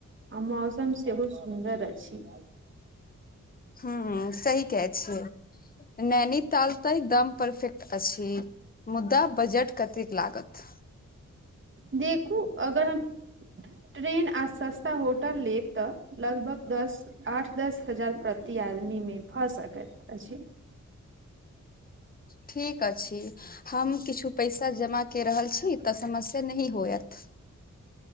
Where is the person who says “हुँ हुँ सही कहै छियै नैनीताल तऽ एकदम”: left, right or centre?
Left